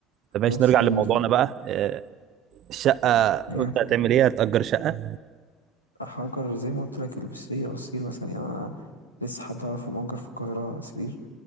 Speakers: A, on the right; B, on the left.
A: طب ماشي
B: بس
A: نرجع
B: فال
A: لموضوعنا
B: فال-
A: بقى آه، الشقة قلت
B: يعني
A: هتعمل إيه هتأجر شقة
B: هأجر زي ما قلت لك السرير أو السرير مثلا يعني أنا لسه حد أعرفه مأجر في القاهرة سرير